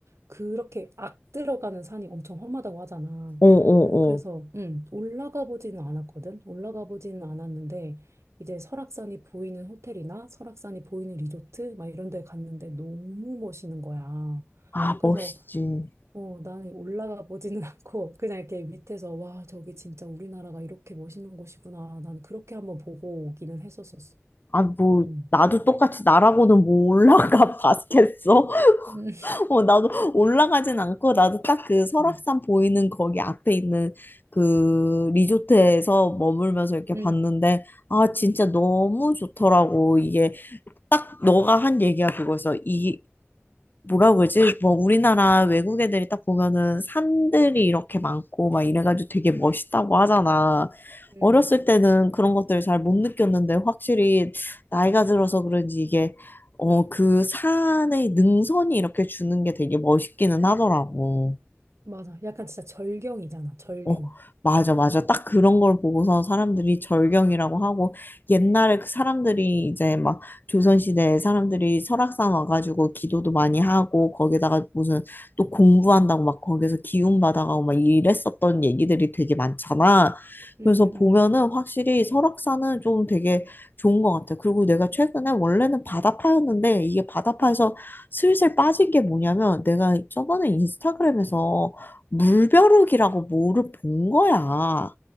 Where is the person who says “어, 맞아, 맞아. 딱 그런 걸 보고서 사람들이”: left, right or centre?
Left